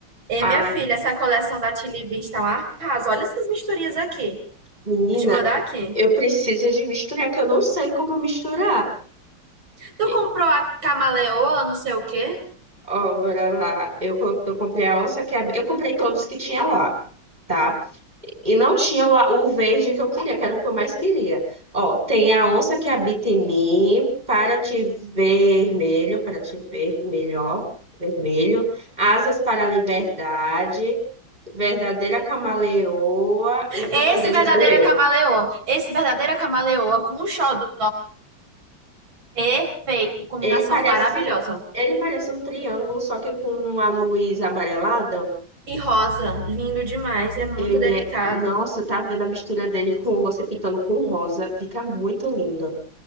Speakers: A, on the right; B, on the right.
A: E
B: Ah.
A: minha filha, essa coleção da Tilly Beans tá um arraso. Olha essas misturinhas aqui.
B: Menina,
A: Vou te mandar aqui.
B: eu preciso de misturar, porque eu não sei como misturar.
A: Tu
B: E-
A: comprou a camaleoa, não sei o quê?
B: Ó, bora lá. Eu, co- eu comprei a onça que é, eu comprei todos que tinha lá, tá? E não tinha o, a- o verde que eu queria, que era o que eu mais queria. Ó, tem a onça que habita em mim, para te vermelho, para te ver melhor, vermelho, asas para a liberdade, verdadeira camaleoa e profundezas
A: É Esse verdadeira
B: do eu.
A: camaleoa. Esse verdadeira camaleoa com um xodó. Perfeito. Combinação
B: Ele parece,
A: maravilhosa.
B: ele parece um triângulo, só que com uma luz amarelada.
A: E rosa, lindo demais, é muito
B: Ele
A: delicado.
B: é, nossa, tá vendo a mistura dele com você pintando com rosa? Fica muito lindo.